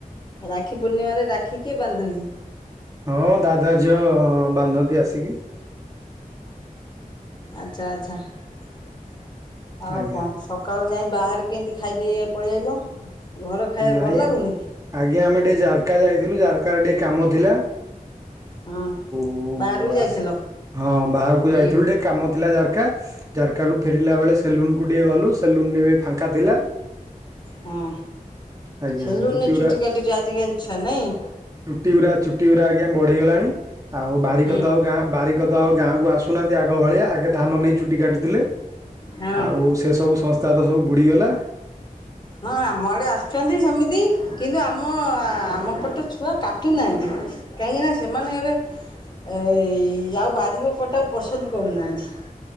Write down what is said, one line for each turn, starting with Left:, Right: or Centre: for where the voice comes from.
Left: ରାକ୍ଷୀ ପୂର୍ଣ୍ଣିମାରେ ରାକ୍ଷୀ କିଏ ବାନ୍ଧନ୍ତି?
Right: ହଁ ଦାଦା ଝିଅ ବାନ୍ଧନ୍ତି ଆସିକି।
Left: ଆଚ୍ଛା ଆଚ୍ଛା। ଆଉ
Right: ଆଜ୍ଞା
Left: କଣ? ସକାଳୁ ଯାଇ ବାହାରେ କେମିତି ଖାଇଦେଇ ଆ ପଳେଇ ଆଇଲ? ଘର ଖାଇବା
Right: ନାଇଁ,
Left: ଭଲ ଲାଗୁନି କି?
Right: ଆଜ୍ଞା ଆମେ ଟିକେ ଜାରକା ଯାଇଥିଲୁ ଜାରକାରେ ଟିକେ କାମ ଥିଲା।
Left: ହଁ
Right: ଓ
Left: ବାହାରକୁ ଯାଇଥିଲ?
Right: ଆସ, ହଁ ବାହାରକୁ
Left: ହୁଁ
Right: ଯାଇଥିଲୁ ଟିକେ କାମ ଥିଲା ଯାରକା। ଜାରକାରୁ ଫେରିଲା ବେଳେ ସେଲୁନକୁ ଟିକେ ଗଲୁ। ସେଲୁନରେ ବି ଫାଙ୍କା ଥିଲା।
Left: ହଁ,
Right: ଆଜ୍ଞା
Left: ସେଲୁନରେ
Right: ଗୁରା
Left: ଚୁଟି କାଟୁଛ ଆଜି କାଲି ଛୁଆ ନାଇଁ?
Right: ଚୁଟି ଗୁରା, ଚୁଟି ଗୁରା ଆଜ୍ଞା ବଢିଗଲାଣି ଆଉ ବାରିକ
Left: ହୁଁ
Right: ତ ଆଉ ଗାଁ ବାରି- କ ତ ଗାଁକୁ ଆସୁନାହାନ୍ତି ଆଗ ଭଳିଆ। ଆଗେ ଧାନ ନେଇ ଚୁଟି କାଟୁଥିଲେ
Left: ହଁ
Right: ଆଉ- ସେ ସବୁ ସଂସ୍ଥା ତ ସବୁ ବୁଡ଼ିଗଲା।
Left: ହଁ ଆମ ଆଡ଼େ ଆସୁଛନ୍ତି ସେମିତି କିନ୍ତୁ ଆମ ଆମ ପଟ ଛୁଆ କାଟୁନାହାନ୍ତି। କାହିଁକି ନା ସେମାନେ ଏବେ- ଏଇ ଆଉ ବାରିକ କଟାକୁ ପସନ୍ଦ କରୁନାହାନ୍ତି।